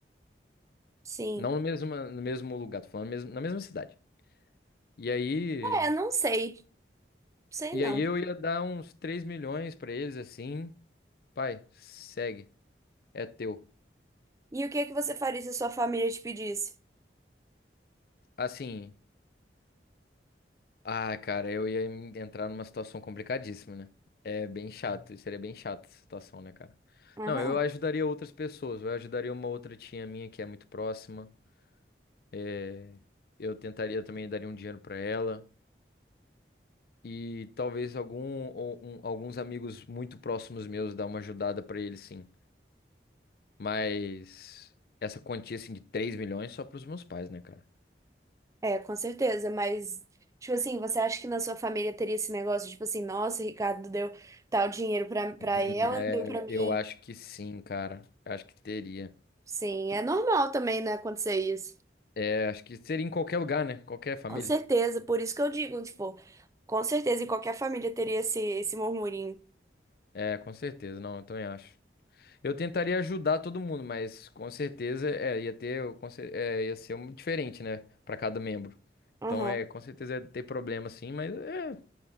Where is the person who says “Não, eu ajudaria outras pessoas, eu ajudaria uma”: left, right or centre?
Left